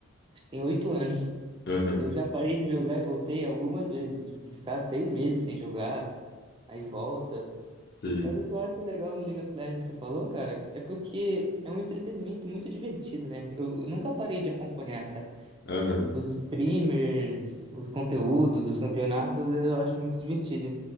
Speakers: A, on the right; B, on the left.
A: tem oito anos.
B: Aham,
A: E eu já parei de jogar e voltei algumas vezes. Tipo, de ficar seis meses sem jogar, aí volta.
B: sim,
A: Mas o que eu acho legal no League of Legends que você falou, cara, é porque é um entretenimento muito divertido, né? Eu, eu nunca parei de acompanhar, sabe?
B: aham,
A: Os streamers, os conteúdos, os campeonatos, eu acho muito divertido.